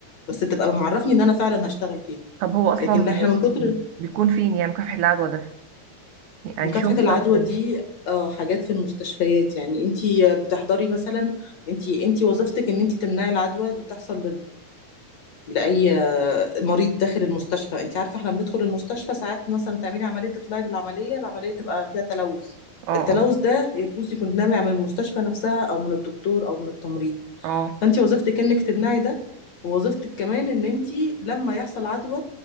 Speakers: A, on the left (about 50°); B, on the right (about 80°).
A: بس تبقى معرفني ان انا فعلا هشتغل فيها
B: طب هو اصلا
A: لكن لا احنا من كتر
B: بيكون فين يعني مكافحة العدوى ده يعني
A: مكافحة
B: شغل بتاعه
A: العدوى
B: فين
A: دي اه حاجات في المستشفيات يعني انتي بتحضري مثلا انتي انتي وظيفتك ان انتي تمنعي العدوى اللي تحصل لاي مريض داخل المستشفى انت عارفه احنا بندخل المستشفى ساعات مثلا تعملي عمليه تطلعي بالعمليه العمليه تبقى فيها تلوث
B: اه
A: التلوث
B: اه
A: ده يجوز يكون نابع من المستشفى نفسها او من الدكتور او من التمريض
B: اه
A: فانت وظيفتك انك تمنعي ده ووظيفتك كمان ان انت لما يحصل عدوى